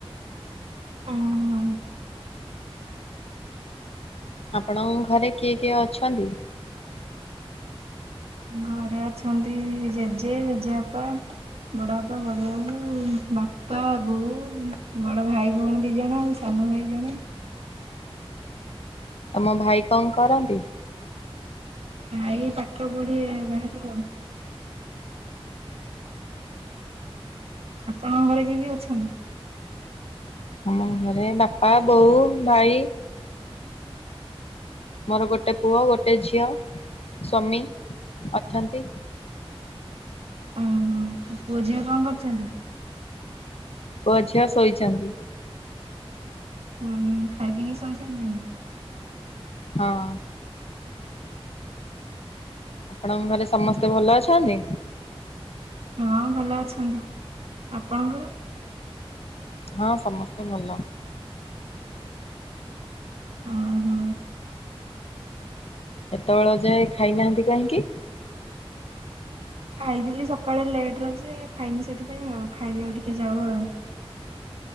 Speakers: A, on the right (about 80°); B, on the left (about 80°).
A: ଅଁ ହଁ।
B: ଆପଣଙ୍କ ଘରେ କିଏ କିଏ ଅଛନ୍ତି?
A: ଘରେ ଅଛନ୍ତି ଜେଜେ ଜେଜେବାପା ବଡ ବାପା ବଡ ବୋଉ, ବାପା ବୋଉ, ବଡ ଭାଇ ଭଉଣୀ ଦିଜଣ ସାନ ଭାଇ ଜଣେ।
B: ତମ ଭାଇ କଁ କରନ୍ତି?
A: ଭାଇ ପାଠ ପଢେ ବାହାରେ ଆଉ। ଆପଣଙ୍କ ଘରେ କିଏ କିଏ ଅଛନ୍ତି?
B: ଆମ ଘରେ ବାପା ବୋଉ ଭାଇ ମୋର ଗୋଟେ ପୁଅ ଗୋଟେ ଝିଅ ସ୍ୱାମୀ ଅଛନ୍ତି।
A: ଉଁ ହୁଁ, ପୁଅ ଝିଅ କଣ କରୁଛନ୍ତି?
B: ପୁଅ‌ ଝିଅ ଶୋଇଛନ୍ତି।
A: ଉଁ ହୁଁ ଖାଇ ପିିଇ ସୋଇ ସାଇ ଲେଣି।
B: ହଁ। ଆପଣଙ୍କ ଘରେ ସମସ୍ତେ ଭଲ ଅଛନ୍ତି?
A: ହଁ ଭଲ ଅଛନ୍ତି, ଆପଣଙ୍କର?
B: ହଁ ସମସ୍ତେ ଭଲ।
A: ଓହୋ
B: ଏତେବେଳ ଯାଏ ଖାଇନାହାନ୍ତି କାହିଁକି?
A: ଖାଇଥିଲି ସକାଳେ ଲେଟ ରେ ଯେ ଖାଇନି ସେଥିପାଇଁ ଆଉ ଖାଇବି ଆଉ ଟିକେ ଯାଉ ଆଉ।